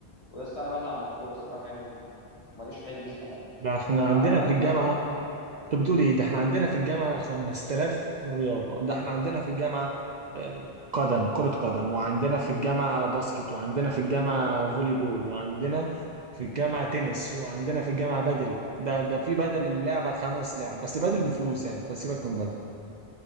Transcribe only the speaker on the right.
لا احنا
عندنا في الجامعة
انت بتقول ايه ده احنا عندنا في الجامعه 5000 رياضه ده احنا عندنا في الجامعه آه، قدم كره قدم وعندنا في الجامعه باسكت وعندنا في الجامعه فولي بول وعندنا في الجامعه تنس وعندنا في الجامعه بدل ده ده في بدل اللعبه خمس لعب بس بدل بفلوس يعني فسيبك من بدل